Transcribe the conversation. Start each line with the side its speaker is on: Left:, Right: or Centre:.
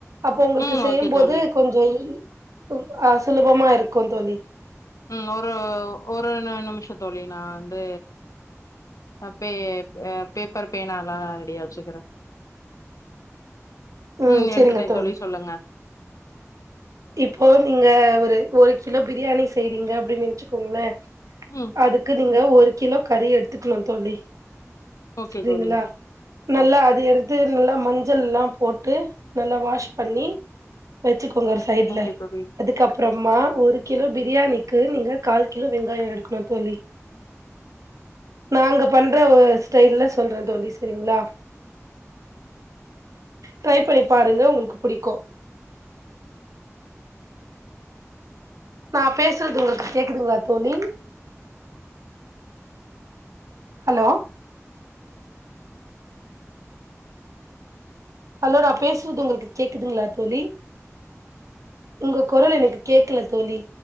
Right: அப்போ உங்களுக்கு
Left: ம்
Right: செய்யும்போது
Left: ஓகே தோழி
Right: கொஞ்சோ இ உம் ஆ சுலபமா இருக்கு தோழி
Left: உம் ஒரு ஒரு ந நிமிஷே தோழி நா வந்து அ பே பேப்பர் பேனா எல்லா ரெடியா வச்சுக்குறே
Right: ம்
Left: உம்
Right: செரிங்க
Left: எடுத்துட்டே
Right: தோழி
Left: தொழி சொல்லுங்க
Right: இப்போ நீங்க ஒரு ஒரு கிலோ பிரியாணி செய்றீங்க அப்டின்னு நென்ச்சுக்கோங்ளே
Left: ம்
Right: அதுக்கு நீங்க ஒரு கிலோ கறி எடு கிலோன் தோழி
Left: ஓகே
Right: செரிங்களா
Left: தோழி
Right: நல்லா
Left: ஆ
Right: அது எடுத்து நல்லா மந் சல்லாம் போட்டு நல்லா வாஷ் பண்ணி வெச்சுக்கோங்க சைடுல
Left: ஓகே தோழி
Right: அதுக்கப்புறமா ஒரு கிலோ பிரியாணிக்கு நீங்க கால் கிலோ வெங்காயோ எடுக்கணு தோழி நாங்க பண்ற ஓ ஸ்டைல்ல சொல்றே தோழி செரிங்ளா ட்ரை பண்ணி பாருங்க உங்களுக்கு புடிக்கு நா பேசுறது உங்களுக்கு கேக்குதுங்ளா தோழி ஹலோ ஹலோ நா பேசுறது உங்களுக்கு கேக்குதுங்களா தோழி உங்க குரல் எனக்கு கேக்கல தோழி